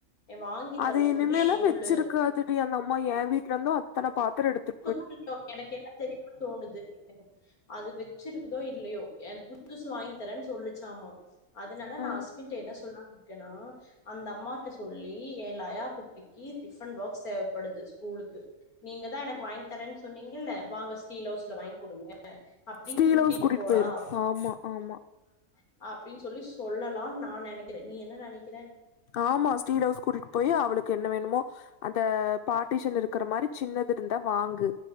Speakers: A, on the left; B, on the left.
A: வாங்கி
B: அது
A: தர
B: இனிமேலே
A: சொல்லி சொல்லு
B: வச்சிருக்காதுடி அந்த அம்மா எ வீட்ல இருந்து அத்தன பாத்ரோ எடுத்து
A: குடுத்துருக்கோ எனக்கு என்ன தெரியுனு தோணுது அது வச்சிருக்குதோ இல்லயோ எனக்கு புதுசு வாங்கி தரேன் சொல்லுச்சாமா அதனால
B: ஆ
A: நா அஸ்வின்ட என்ன சொல்லான் இருக்கேனா அந்த அம்மாட்ட சொல்லி எ லயா குட்டிக் கி டிஃபன் பாக்ஸ் தேவப்படுது ஸ்கூலுக்கு நீங்கதா எனக் வாங்கி தரேன் சொன்னீங்கல்ல வாங்க ஸ்டீல் ஹவுஸ்ல வாங் குடுங்க அப்டின்
B: ஸ்டீல்
A: கூட்டிட்டு
B: ஹவுஸ்
A: போடா
B: போயிரு ஆமா ஆமா
A: ஆ அப்டின் சொல்லி சொல்லலான் நா நெனைக்கிறே நீ என்ன நெனைக்கிறே
B: ஆமா ஸ்டீல் ஹவுஸ்க் கூட்டிட்டு போயி அவளுக்கு என்ன வேணுமோ அந்த பாட்டிஷன் இருக்கிற மாரி சின்னது இருந்தா வாங்கு